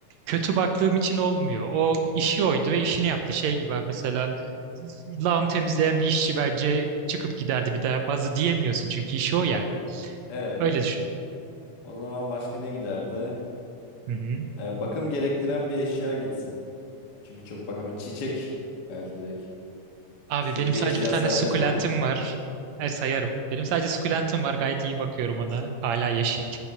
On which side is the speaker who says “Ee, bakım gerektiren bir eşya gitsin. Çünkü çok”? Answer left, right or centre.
Left